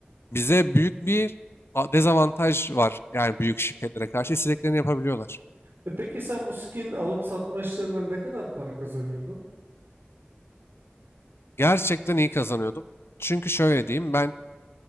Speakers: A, on the left; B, on the right.
A: bize büyük bir a- dezavantaj var. Yani büyük şirketlere karşı istediklerini yapabiliyorlar.
B: E peki sen bu skin alıp satma işlerinden ne kadar para kazanıyordun?
A: Gerçekten iyi kazanıyordum. Çünkü şöyle diyeyim ben